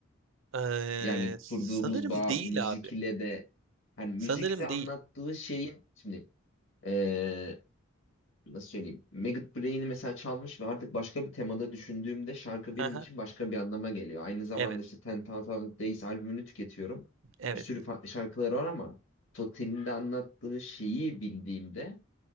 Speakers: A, on the right; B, on the left.
A: Ee,
B: Yani
A: sanırım
B: kurduğumuz bağ
A: değil
B: müzik
A: abi.
B: ile de hani müzikte
A: Sanırım
B: anlattığı
A: değil.
B: şeyin şimdi e, nasıl söyleyeyim Maggot Brain'i mesela çalmış ve artık başka bir temada düşündüğümde şarkı benim
A: Haha,
B: için başka bir anlama geliyor. Aynı zamanda
A: Evet,
B: işte Ten Thousand Days albümünü tüketiyorum.
A: evet,
B: Bir sürü farklı şarkıları var ama Total'in de anlattığı şeyi bildiğimde